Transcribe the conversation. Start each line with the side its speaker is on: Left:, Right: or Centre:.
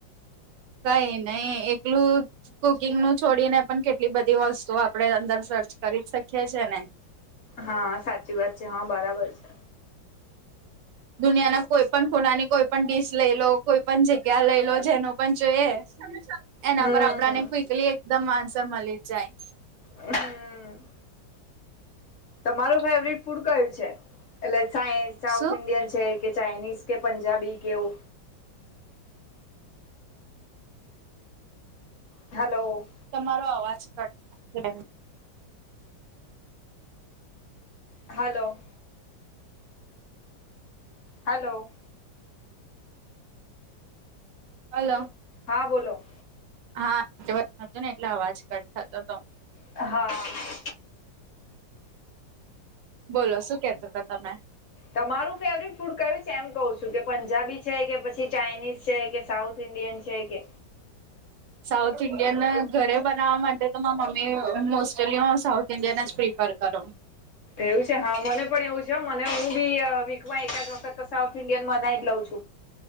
Right: કઈ નહી એકલું કુકિંગ નું છોડીને પન કેટલી બધી વસ્તુ આપડે અંદર સર્ચ કરી જ શકીએ છીએ ને.
Left: હા સાચી વાત છે હા બરાબર છે.
Right: દુનિયાના કોઈ પન ખૂનાની કોઈ પન ડીશ લઈ લો કોઈ પન જગ્યા લઈ લો જેનું પન જોઈએ એના
Left: હમ
Right: પર આપડાને ક્વિકલી એકદમ આન્સર મલી જ જાય.
Left: હમ. તમારું ફેવરીટ ફૂડ કયું છે એટલે સાઈ સાઉથ
Right: શું
Left: ઇન્ડિયન છે કે ચાઇનીઝ કે પંજાબી કે એવુ. હલો.
Right: તમારો અવાજ કટ <unintelligible> એમ.
Left: હલો. હલો.
Right: હલો.
Left: હા બોલો.
Right: હા <unintelligible> હતો ને એટલે અવાજ કટ થતોતો.
Left: હા.
Right: બોલો શું કેતાતા તમે?
Left: તમારું ફેવરીટ ફૂડ કયું છે એમ કહું છું કે પંજાબી છે કે પછી ચાઇનીઝ છે કે સાઉથ ઈન્ડિયન છે કે
Right: સાઉથ ઈન્ડિયન ઘરે બનાવા માટે તો મા મમ્મી મોસ્ટલી હું સાઉથ ઈન્ડિયન જ પ્રીફ કર કરો
Left: એવું છે હા મને પણ એવું છે હો મને હું બી અ વીકમાં એક જ વખત તો સાઉથ ઇન્ડિયન બનાઈ જ લઉં છું.